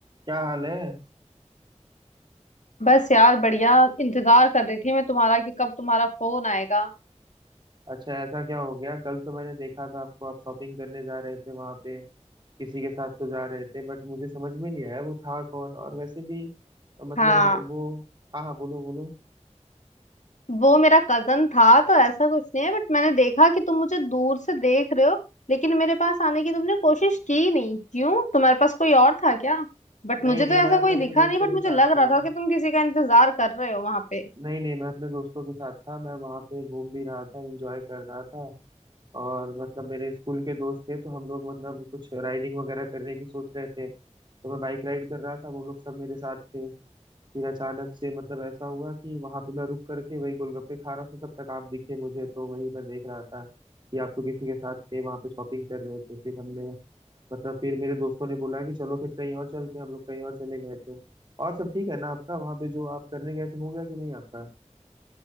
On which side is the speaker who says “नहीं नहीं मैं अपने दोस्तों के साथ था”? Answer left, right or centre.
Right